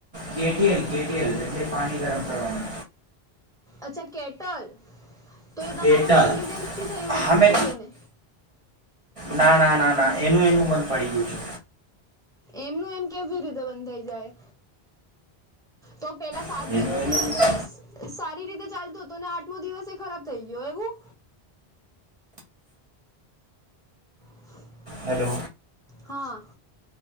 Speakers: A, on the right (about 35°); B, in the centre.
A: કેટીએમ કેટીએમ એ પાણી ગરમ કરવાનું
B: અચ્છા કેટલ તો એ તમારા
A: કેટલ
B: નેગ્લિજન્સ થી થયુ
A: હા મેં
B: હશે ને
A: ના ના ના ના એનું એનું બંધ પડી ગયું છે.
B: એમનું એમ કેવી રીતે બંધ થઈ જાય તો પેલા સાત
A: છે
B: દિવસ
A: એનું એનું
B: સે સારી રીતે ચાલતું ને આઠમુ દિવસ એ ખરાબ થઈ ગયુ એવું <inaudible>
A: હલો
B: હા